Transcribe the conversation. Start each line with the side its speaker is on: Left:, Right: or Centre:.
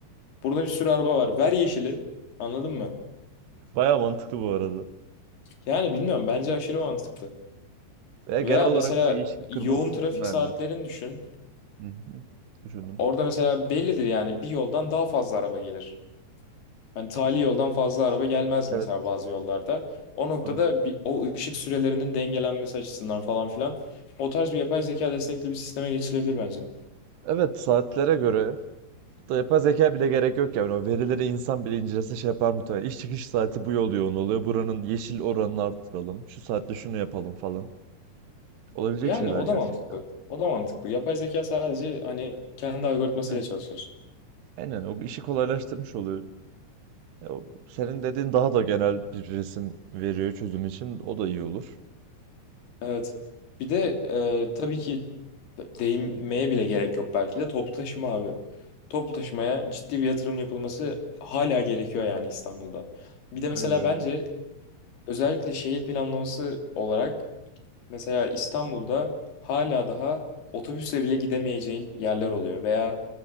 Left: Burada bir sürü araba var. Ver yeşili. Anladın mı?
Right: Bayağı mantıklı bu arada.
Left: Yani bilmiyorum bence aşırı mantıklı.
Right: Veya genel
Left: Veya
Right: olarak
Left: mesela
Right: o yeşil kırmızı
Left: yoğun
Right: sütun
Left: trafik
Right: Hı
Left: saatlerini düşün.
Right: hı. Düşündüm.
Left: Orada mesela bellidir yani bir yoldan daha fazla araba gelir. Hani tali yoldan fazla araba gelmez mesela
Right: Evet,
Left: bazı yollarda. O noktada
Right: anladım.
Left: bir, o ışık sürelerinin dengelenmesi açısından falan filan o tarz bir yapay zeka destekli bir sisteme geçilebilir bence.
Right: Evet saatlere göre da yapay zeka bile gerek yok yani o verileri insan bile incelese şey yapar muhtemelen. İş çıkış saati bu yol yoğun oluyor. Buranın yeşil oranını arttıralım. Şu saatte şunu yapalım falan. Olabilecek
Left: Yani
Right: şeyler
Left: o
Right: gerçekten.
Left: da mantıklı. O da mantıklı. Yapay zeka sadece hani kendi algoritmasıyla
Right: Ne?
Left: çalışır.
Right: Aynen o işi kolaylaştırmış oluyor. Ya, o- senin dediğin daha da genel bir resim veriyor çözüm için. O da iyi olur.
Left: Evet. Bir de e, tabii ki değinmeye bile gerek yok belki de toplu taşıma abi. Toplu taşımaya ciddi bir yatırım yapılması hala gerekiyor yani İstanbul'da. Bir
Right: Öyle
Left: de mesela
Right: öyle.
Left: bence özellikle şehir planlaması olarak mesela İstanbul'da hala daha otobüsle bile gidemeyeceğin yerler oluyor veya